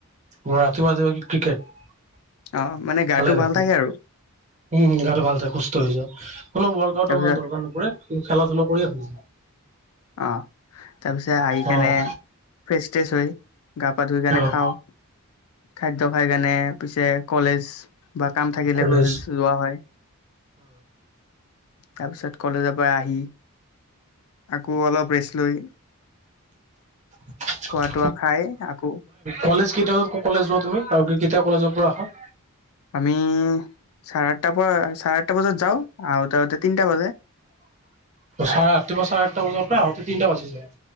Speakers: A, on the right (about 30°); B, on the left (about 80°).
A: ওৱা, ৰাতিপুৱা উঠি তুমি ক্ৰিকেট
B: অ মানে গাটো
A: ভালে দেখোন।
B: ভাল থাকে
A: উম,
B: আৰু
A: গাটো ভাল থাকে, সুস্থ হৈ যায়। কোনো ৱৰ্কআউটৰ
B: তাৰপিছত
A: ইমান দৰকাৰ নপৰে। খেলা- চেলা কৰিয়েই হৈ যায়।
B: অ', তাৰপিছত আহি কেনে
A: অ'।
B: ফ্ৰেছ টেচ হৈ, গা-পা ধুই কেনে
A: উম,
B: খাওঁ খাদ্য খাই কেনে, পিছে কলেজ বা কাম থাকিলে
A: কলেজ
B: <unintelligible> যোৱা হয়। তাৰপিছত কলেজৰ পৰা আহি আকৌ অলপ ৰেষ্ট লৈ
A: <unintelligible>
B: খোৱা তোৱা খাই আকৌ
A: কলেজ কেইটামানত কলেজ যোৱা তুমি আৰু কে-কেতিয়া কলেজৰ পৰা আহা?
B: আমি চাৰে আঠটাৰ পৰা চাৰে আঠটা বজাত যাও, আহোতে আহোতে তিনটা বাজে।
A: চাৰে ৰাতিপুৱা চাৰে আঠটা বজাৰ পৰা আহোতে তিনিটা বাজি যাই।